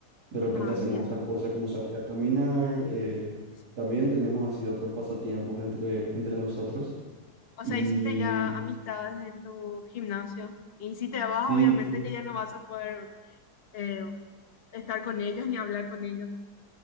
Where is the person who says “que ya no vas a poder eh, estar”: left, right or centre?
Left